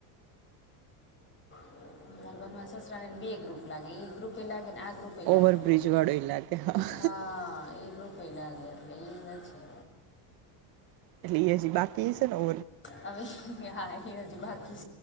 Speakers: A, on the left (about 25°); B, on the right (about 45°).
A: અમારા ઘરમાં સસરાને ને બે ગ્રુપ લાગે ઈ ગ્રુપ એ લાગેને આ ગ્રુપ
B: ગયા
A: પે લાગે
B: ઓવરબ્રિજ વાળો ઈ લાગે હા
A: હહ ઈ ગ્રુપે લાગે એટલે ઈ નથી.
B: એટલે ઈ હજી બાકી હશે ને ઓ
A: હવે હા ઈ હજી બાકી